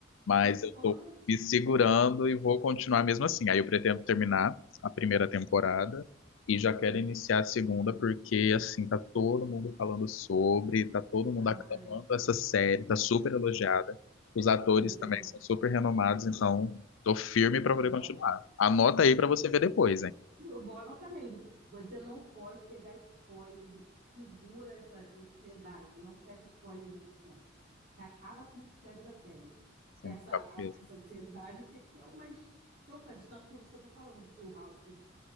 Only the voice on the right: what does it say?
Não pode,
Ai,
você
não.
Olha,
Eu vou anotar mesmo. Você não pode pegar spoiler, né? segura essa ansiedade, não pega spoiler na internet, que acaba com o mistério da série.
Que essa,
a-
essa ansiedade que, que é o mais chocante. Então, por isso que eu estou falando que o House Six,